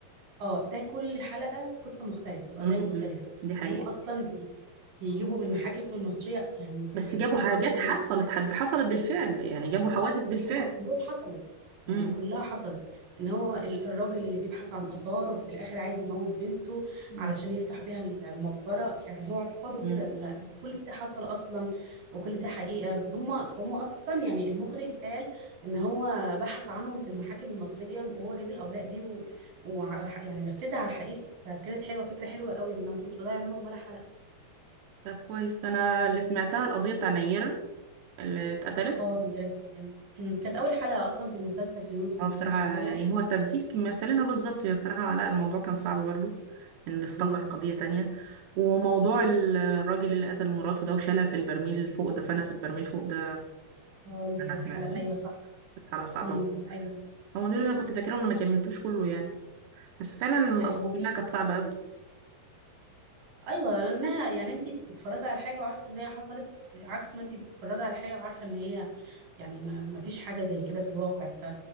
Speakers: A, on the right; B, on the right.
A: اه ده كل حلقه بقصه مختلفه بقضيه
B: امم
A: مختلفه
B: دي حقيقة
A: هم اصلا بي... بيجيبوا من المحاكم المصريه يعني بي-
B: بس
A: بيدخلوا
B: جابوا حاجات
A: جوه
B: حصلت حصلت بالفعل يعني جابوا حوادث بالفعل
A: ما هم كلهم حصلوا يعني
B: امم
A: كلها حصلت ان هو ال- الراجل اللي بيبحث عن اثار وفي الاخر عايز يموت بنته
B: مم.
A: علشان يفتح بيها ال- المقبره يعني هو اعتقاده كده
B: مم. مم.
A: فكل ده حصل اصلا وكل ده حقيقه هم هم اصلا يعني المخرج قال ان هو بحث عنهم في المحاكم المصريه وهو جاب الاوراق دي و... و... يعني نفذها على الحقيقه فكانت حلوه فكره حلوه قوي لان انا ما كنتش بضيع منهم ولا حلقه
B: طب كويس انا اللي سمعتها القضيه بتاع نيره اللي اتقتلت
A: اه نيره كمان أمم، كانت اول حلقه اصلا في المسلسل في الموسم
B: هو
A: بتاعها
B: بصراحه
A: الاول
B: يعني هو التمثيل كان مثلينها بالظبط يعني بصراحه لا الموضوع كان صعب برضو ان افتكر
A: أمم.
B: قضيه تانية وموضوع ال- الراجل اللي قتل مراته ده وشالها في البرميل فوق دفنها في البرميل فوق ده
A: اه دي كانت
B: انا سمعته
A: حلقة ايوه صح
B: كانت حاله صعبه
A: امم
B: برضو.
A: ايوه
B: هم دول اللي انا كنت فاكرهم انا ما كملتوش كله يعني بس فعلا القضيه
A: ايه هو مسلسل
B: كلها كانت صعبه
A: حلو أوي. ايوه لانها يعني انت بتتفرجي على حاجة وعارفة ان هي حصلت عكس ما انت بتتفرجي على حاجة وعارفة ان هي يعني ما, ما فيش حاجة زي كده في الواقع ف